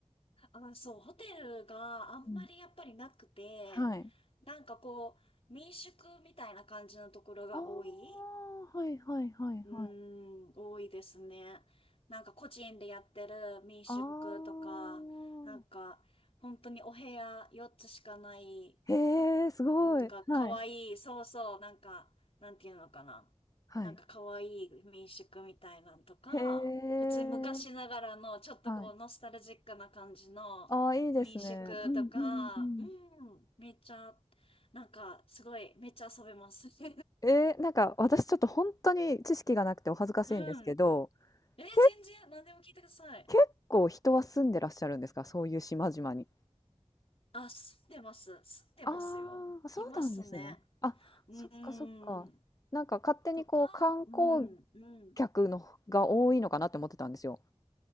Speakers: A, on the left (about 55°); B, on the left (about 30°).
A: あ、そう、ホテルがあんまりやっぱりなくて、
B: うん、はい。
A: なんかこう、民宿みたいな感じのところが多い。
B: ああ、はいはいはいはい。
A: うーん、多いですね。なんか個人でやってる民宿とか、
B: ああ。
A: なんか本当にお部屋4つしかない
B: へえ、すごい。
A: なんか、可わいい。
B: はい、
A: そうそう。なんか、なんていうのかな。
B: はい。
A: なんか、可愛いい民宿みたいなんとか、
B: へえ。
A: 普通に昔ながらの、ちょっとこう、
B: はい。
A: ノスタルジックな感じの民宿とか、
B: ああ、いいですね。うんうんうん。
A: うん、めっちゃ、なんか、すごい、めっちゃ遊べます。<laughs>
B: えーなんか私ちょっと本当に知識がなくてお恥ずかしいんですけど、
A: うん。え、
B: け
A: 全然、何でも聞いてください。
B: 結構人は住んでらっしゃるんですか？そういう島々に。
A: あ、住んでます。住んでますよ。
B: ああ、そうなんですね。
A: いますね。
B: あ、
A: う
B: そっかそっか。
A: ん。
B: なんか勝手にこう観光
A: とか、うん、うん。
B: 客のが多いのかなって思ってたんですよ。